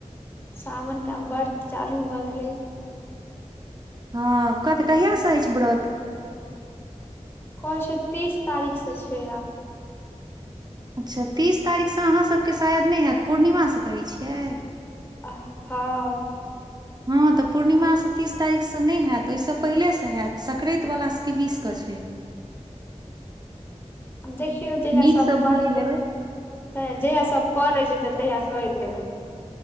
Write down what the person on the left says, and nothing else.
सावनक के आब व्रत चालू भऽ गेलै।
कहै छै तीस तारीखसँ छै आब।
आ हँ
देखियौ जहिया
सब करै
जेतै जहिया सब करै जेतै तहिया करि लेबै।